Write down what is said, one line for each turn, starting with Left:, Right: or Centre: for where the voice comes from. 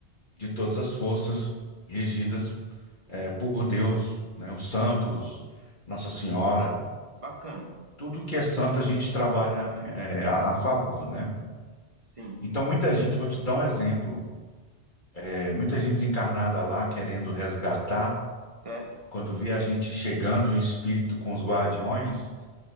Left: de todas as forças regidas, eh, por Deus, né? Os santos, Nossa Senhora,
Right: bacana.
Left: tudo que é santo a gente trabalha, eh, a, a favor, né?
Right: Sim.
Left: Então, muita gente, vou te dar um exemplo, eh, muita gente desencarnada lá querendo resgatar,
Right: Até...
Left: quando via a gente chegando, o espírito com os guardiões,